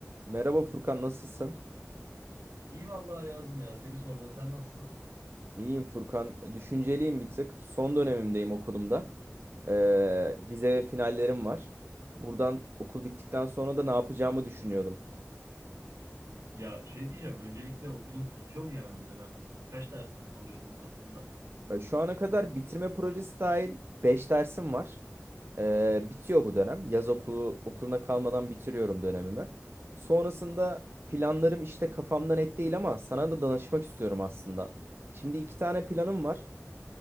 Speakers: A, on the right; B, on the right.
A: Merhaba Furkan, nasılsın?
B: İyi vallahi yazdım ya. Seni sormalı. Sen nasılsın?
A: İyiyim Furkan. Düşünceliyim bir tık. Son dönemimdeyim okulumda. Ee, vize ve finallerim var. Buradan okul bittikten sonra da ne yapacağımı düşünüyordum.
B: Ya şey diyeceğim. Öncelikle okulun bitiyor mu yani bu dönem? Kaç dersin alıyordun aslında?
A: Ee, şu ana kadar bitirme projesi dahil 5 dersim var. Ee, bitiyor bu dönem. Yaz okulu okuluna kalmadan bitiriyorum dönemimi. Sonrasında planlarım işte kafamda net değil ama sana da danışmak istiyorum aslında. Şimdi iki tane planım var.